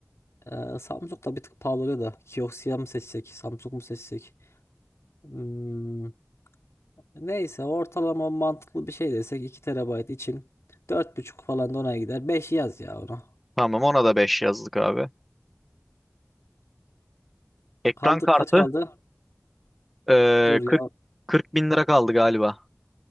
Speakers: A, on the left (about 75°); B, in the centre.
A: e, Samsung da bir tık pahalı da. Kioxia mı seçsek? Samsung mu seçsek? Hmm, neyse ortalama mantıklı bir şey desek 2 terabayt için dört buçuk falan da ona gider. Beş yaz ya ona.
B: Tamam ona da 5 yazdık abi. Ekran
A: Kaldı
B: kartı
A: kaç kaldı?
B: Ee,
A: Dur ya
B: 40 40 bin lira kaldı galiba.